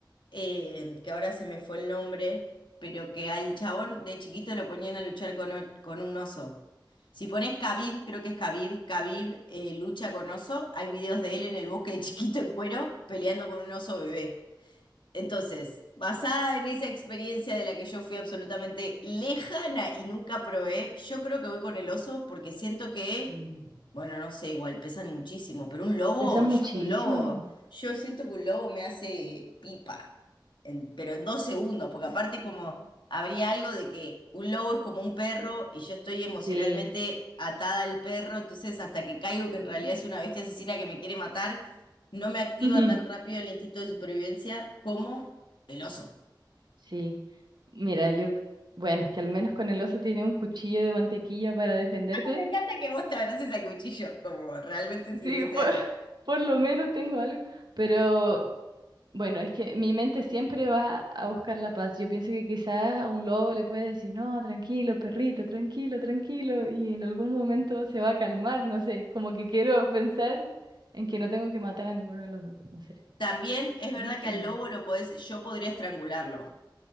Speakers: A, on the left; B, on the right.
A: eh, que ahora se me fue el nombre, pero que al chabón de chiquito lo ponían a luchar con, o- con un oso. Si pones Khabib, creo que es Khabib, Khabib eh, lucha con oso, hay videos de él en el bosque de chiquito en cuero peleando con un oso bebé. Entonces, basada en esa experiencia de la que yo fui absolutamente lejana y nunca probé, yo creo que voy con el oso porque siento que,
B: Mm.
A: bueno, no sé, igual pesan muchísimo, pero un lobo,
B: Pesa muchísimo.
A: yo un lobo, yo siento que un lobo me hace pipa, en- pero en dos segundos, porque aparte como habría algo de que un lobo es como un perro y yo estoy emocionalmente
B: Sí.
A: atada al perro, entonces hasta que caigo que en realidad
B: Ujú.
A: es una bestia asesina que me quiere matar no me activa
B: <laughs>
A: tan rápido el instinto de supervivencia como el oso.
B: Sí, mira, yo, bueno, es que al menos con el oso tiene un cuchillo de mantequilla para defenderte.
A: Me encanta que vos te abraces al cuchillo, como realmente si
B: Sí,
A: hiciese
B: por,
A: algo.
B: <laughs> por lo menos tengo algo, pero bueno, es que mi mente siempre va a buscar la paz. Yo pienso que quizás a un lobo le puede decir, no, tranquilo, perrito, tranquilo, tranquilo, y en algún momento se va a calmar, no sé, como que quiero pensar en que no tengo que matar a ninguno de los dos, no sé.
A: También es
B: Difícil.
A: verdad que al lobo lo podés, yo podría estrangularlo,